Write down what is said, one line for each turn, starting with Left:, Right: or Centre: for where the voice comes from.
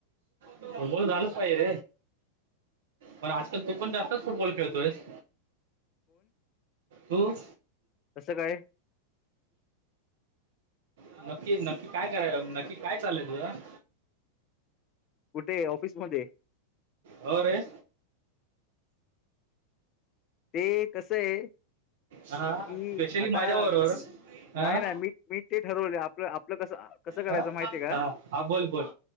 Right: मोण नलस पायर पण आजकाल तो पण जास्तच फुटबॉल खेळतोयस हम्
Left: तसं काय
Right: हम् नक्की नक्की काय कराय नक्की काय चालय तुझं
Left: कुठे ऑफिसमध्येध्ये
Right: होरे
Left: ते कसं आहे
Right: हा
Left: की
Right: स्पेशली
Left: आता
Right: माझ्या बरोबर
Left: अं,
Right: ह
Left: नाही नाही मी मी ते ठरवले आपलं आपलं कसं कसं करायचं
Right: ह
Left: माहितीय का
Right: हा हा बोल बोल